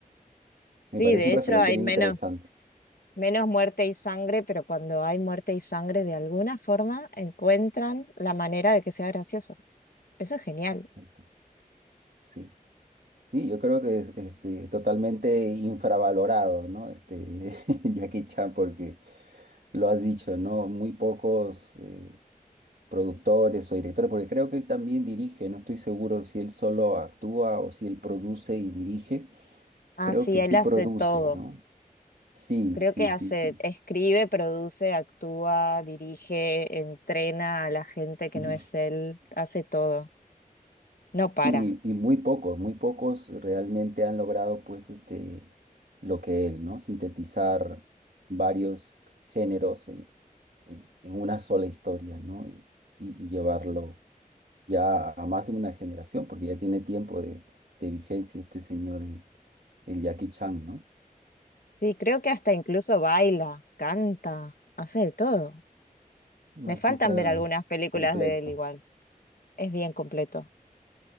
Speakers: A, on the left; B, on the right.
A: Sí,
B: Me parece
A: de
B: un
A: hecho
B: referente
A: hay
B: bien
A: menos,
B: interesante.
A: menos muerte y sangre, pero cuando hay muerte y sangre, de alguna forma encuentran la manera de que sea gracioso. Eso es genial.
B: Exacto. Sí. Sí, yo creo que es este, totalmente infravalorado, ¿no? Este, <laughs> Jackie Chan, porque lo has dicho, ¿no? Muy pocos eh, productores o directores, porque creo que él también dirige, no estoy seguro si él solo actúa o si él produce y dirige.
A: Ah,
B: Creo
A: sí,
B: que sí
A: él hace
B: produce,
A: todo.
B: ¿no? Sí,
A: Creo
B: sí,
A: que
B: sí,
A: hace,
B: sí.
A: escribe, produce, actúa, dirige, entrena a la gente que
B: <laughs>
A: no es él, hace todo, no para.
B: Sí, y muy pocos, muy pocos realmente han logrado pues este lo que él, ¿no? Sintetizar varios géneros en, en- en una sola historia, ¿no? Y, y- y llevarlo ya a más de una generación, porque ya tiene tiempo de, de vigencia este señor, el, el Jackie Chan, ¿no?
A: Sí, creo que hasta incluso baila, canta, hace de todo.
B: Un
A: Me
B: artista
A: faltan ver algunas películas
B: completo,
A: de él igual, es bien completo,